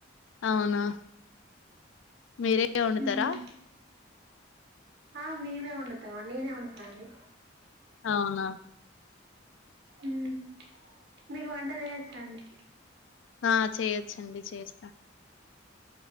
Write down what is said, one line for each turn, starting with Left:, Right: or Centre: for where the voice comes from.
Left: అవునా మీరే వండుతారా
Right: ఉమ్ ఆ మేమే వండుతాము నేనే వండుతాండి
Left: అవునా
Right: హమ్ మీకు వంట చేయొచ్చ అండి
Left: ఆ చేయొచ్చండి చేస్తా